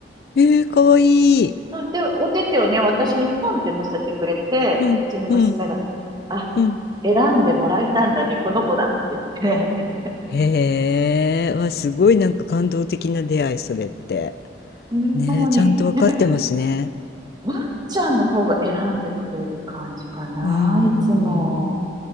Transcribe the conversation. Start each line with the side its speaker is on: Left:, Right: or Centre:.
Left: ええ、かわいい。
Right: うんで、お手手をね、私にポンって乗せてくれて、
Left: うんうん
Right: うちの娘が、あ、
Left: うん。
Right: 選んでもらえたんだね、この子だって言って、
Left: へえ。わ、すごいなんか感動的な出会い、それって。
Right: <laughs> うんもうね、
Left: ねえ、ちゃんとわかってますね。
Right: なんか、ワンちゃんの方が選んでくれる感じかな、
Left: うーん。
Right: いつも。